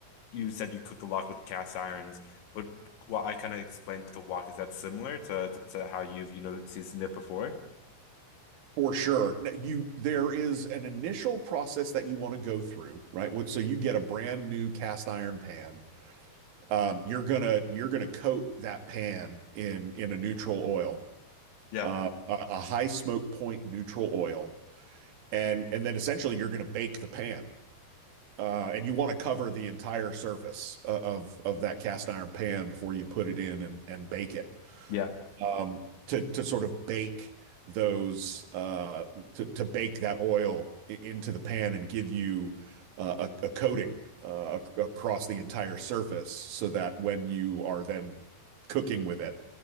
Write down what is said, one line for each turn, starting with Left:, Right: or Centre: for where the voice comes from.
Left: you said you cook a lot with cast irons. What what I kind of explained with the wok, is that similar to, to to how you've, you know, seasoned it before?
Right: For sure. Now, You there is an initial process that you want to go through, right? What- So you get a brand new cast iron pan. Um, you're gonna you're gonna coat that pan in in a neutral oil,
Left: Yeah.
Right: uh, a, a high smoke point neutral oil, and and then essentially you're gonna bake the pan. uh, and you want to cover the entire surface uh, of of that cast iron pan before you put it in and and bake it
Left: Yeah.
Right: um, to to sort of bake those, uh, to to bake that oil into the pan and give you uh, a a coating uh, across the entire surface so that when you are then cooking with it,